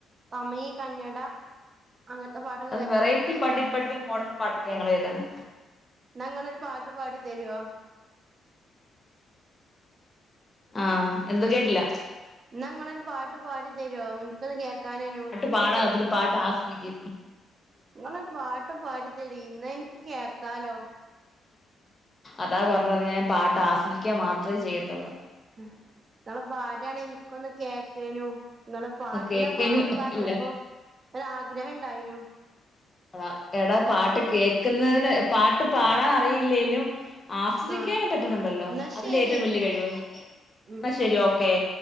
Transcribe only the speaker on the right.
തമിഴ് കന്നഡ അങ്ങനത്തെ പാട്ടൊ
ന്നാ ഇങ്ങളൊര് പാട്ട് പാടി തരുവോ?
ഇന്നാ ഇങ്ങളൊരു പാട്ട് പാടി തരുവോ ഇനിക്കൊന്ന് കേൾക്കാനേനു.
ഇങ്ങള് പാട്ട് പാടിത്തരീ ഇന്നാ ഇൻക്ക് കേക്കാലോ.
ങ്ങള് പാടാണേ എനിക്കൊന്ന് കേക്കേനു. ഇങ്ങളെപാട്ടിനെ
പറ്റി പറഞ്ഞപ്പം
ഒരാആഗ്രഹം ഇണ്ടായിനു.
ആഹ്
എന്നാ
ശരി
ഉം